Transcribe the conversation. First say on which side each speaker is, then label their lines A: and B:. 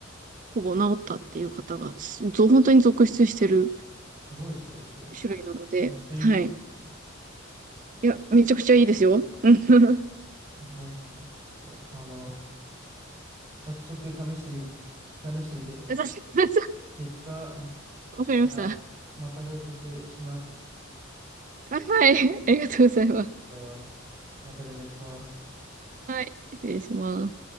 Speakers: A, on the right; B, on the right.
A: ほぼ治ったっていう方が、すぞ本当に続出してる
B: すごいですね、それ。
A: 種類なので、
B: めっちゃいいっすね。
A: はい。いや、めちゃくちゃいいですよ。うん確
B: すごいですね。ちょっと、あの、早速試してみ、試してみて、
A: <laughs> <laughs>
B: 結果、
A: わかりました。
B: あまた報告します。
A: あはい。ありがとうございます。
B: りがとうございます。また連絡します。
A: はい。失礼します。